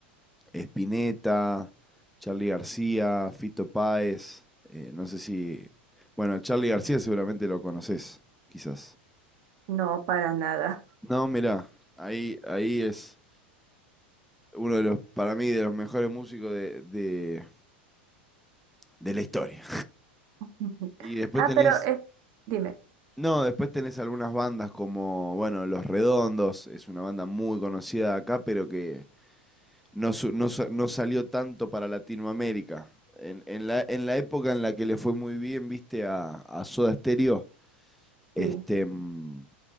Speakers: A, in the centre; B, on the right (about 50°).
A: Spinetta, Charlie García, Fito Páez, eh, no sé si... Bueno, Charlie García seguramente lo conoces, quizás.
B: No, para nada.
A: No, mirá, ahí, ahí es uno de los, para mí, de los mejores músicos de, de, de la historia.
B: <laughs>
A: Y después
B: Ah,
A: tenés,
B: pero es, dime,
A: no, después tenés algunas bandas como, bueno, Los Redondos, es una banda muy conocida acá, pero que no, su- no sa- no salió tanto para Latinoamérica. En, en la, en la época en la que le fue muy bien, viste, a, a Soda Stereo, este,
B: sí.
A: mm,